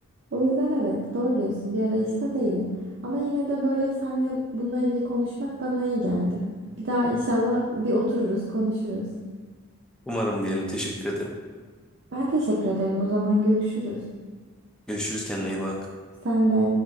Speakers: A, on the right; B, in the centre.
A: O yüzden evet doğru diyorsun. Bir arayışta değilim. Ama yine de böyle seninle bununla ilgili konuşmak bana iyi geldi. Bir daha inşallah bir otururuz, konuşuruz.
B: Umarım diyelim. Teşekkür ederim.
A: Ben teşekkür ederim. O zaman görüşürüz.
B: Görüşürüz kendine iyi bak.
A: Sen de.